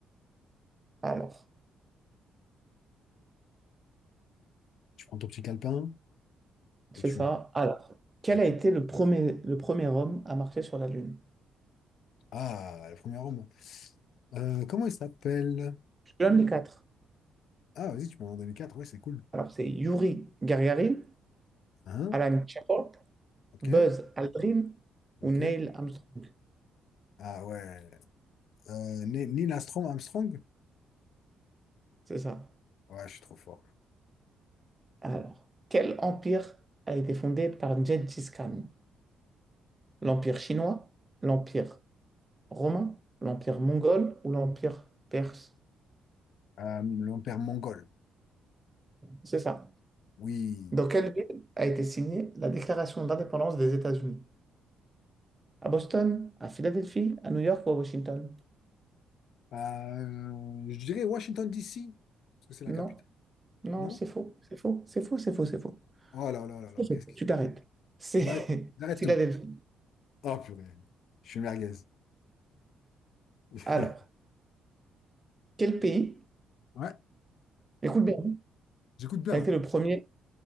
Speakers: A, on the right; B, on the left.
A: Alors.
B: Tu prends ton petit calepin
A: C'est
B: et tu.
A: ça. Alors, quel
B: Et tu...
A: a été le premier, le premier homme à marcher sur la Lune?
B: Ah, le premier homme. Euh, comment il s'appelle?
A: Je te donne les quatre.
B: Ah, vas-y, tu peux m'en donner 4. Ouais, c'est cool.
A: Alors, c'est Yuri Gagarin,
B: Hein?
A: Alan Shepard,
B: Ok,
A: Buzz Aldrin
B: ok.
A: ou Neil Armstrong.
B: Ah ouais. Euh, Ni- Neil Armstrong, Armstrong?
A: C'est ça.
B: Ouais, je suis trop fort.
A: Alors, quel empire a été fondé par Gengis Khan? L'empire chinois, l'empire romain, l'empire mongol ou l'empire perse?
B: Euh, l'empire mongol.
A: C'est ça.
B: Oui.
A: Dans quelle ville a été signée la déclaration d'indépendance des États-Unis? À Boston, à Philadelphie, à New York ou à Washington?
B: Bah, Euh, je dirais Washington, D.C., parce que c'est la
A: Non,
B: capitale,
A: non,
B: non?
A: c'est faux, c'est faux, c'est faux, c'est faux, c'est faux.
B: Oh là là là là,
A: C'est faux.
B: qu'est-ce qui
A: Tu
B: se
A: t'arrêtes.
B: passe?
A: C'est
B: Je m'arrête, j'arrête
A: <laughs> Philadelphie.
B: tout. Oh purée, je suis merguez. <laughs>
A: Alors, quel pays,
B: Ouais,
A: écoute bien,
B: j'écoute bien
A: a
B: là.
A: été le premier